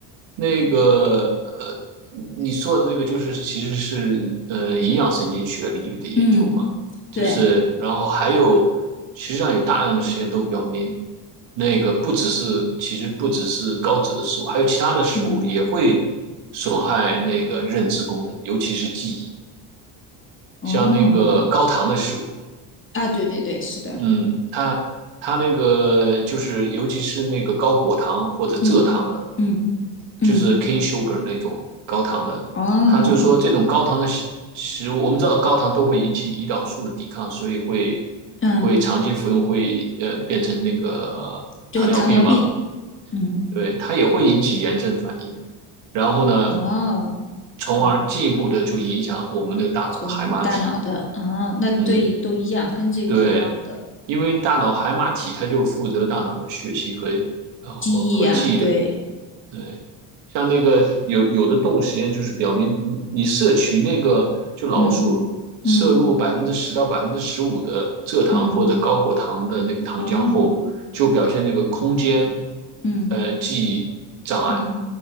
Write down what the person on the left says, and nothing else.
嗯，
对，
嗯
哦，
啊，对对对，是的，
嗯嗯嗯
哦，
嗯，
对，糖尿病，嗯
哦，
就是这个大脑的啊，那对都一样，
跟这个一样的
记忆啊，对，
嗯嗯嗯哦，
嗯
嗯